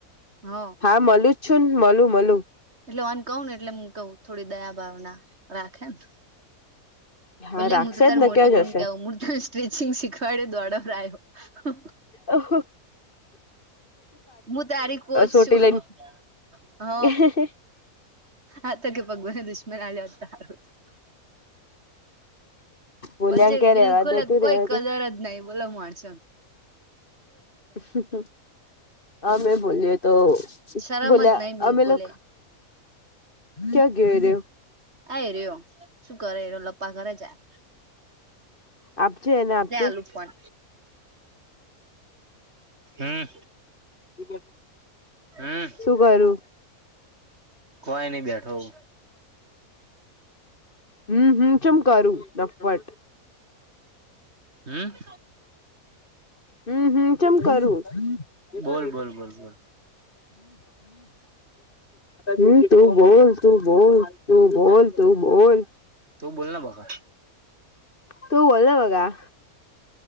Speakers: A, on the right; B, on the left.
A: હ
B: હા મલું જ છું ને મલું મલું
A: એટલે આન કહું ને એટલે હું કવું થોડી દયા ભાવના રાખેને
B: હા
A: ભોલ્યા
B: રાખશે
A: હું તો તાર
B: જ ને
A: મોટી
B: ક્યાં જશે
A: બૂન કેવાવ મુ તારી સ્ટ્રેચિંગ શીખવાડ દોડો રાયો
B: અહો
A: હું તારી કોચ
B: સોટી
A: છું <inaudible> હ
B: લઈને
A: આ કે ભગવાને દુશ્મન આલીયો હોતો હારૂ હતુ
B: બોલ્યા
A: બોલ છે
B: કે
A: બિલકુલ
B: રેવા દે તું
A: કોઈ
B: રેવા
A: કદર
B: દે
A: જ નહીં બોલો માણસો ને
B: હમ્મ હમ્મ હા મેં બોલીએ તો
A: શરમ
B: બોલ્યા
A: જ નહી બિલકુલ
B: અમે લો
A: એ
B: ક્યા ક્યા ગયો
A: આ રહ્યો શું કરે લપા કરે જાય
B: આપજે એને આપજે
A: લે આલું ફોન હમ્મ.
B: <inaudible>
A: હમ્મ.
B: શું કરું
A: કોઈ નઈ બેઠો હુ
B: હમ્મ હમ્મ ચુંમ કરું નફટ
A: હમ
B: હમ હમ ચેમ કરું હમ હમ,
A: બોલ બોલ બોલ બોલ
B: હમ તું બોલ તું બોલ તું બોલ તું બોલ
A: તું બોલના બકા
B: તુંબોલ ને બગા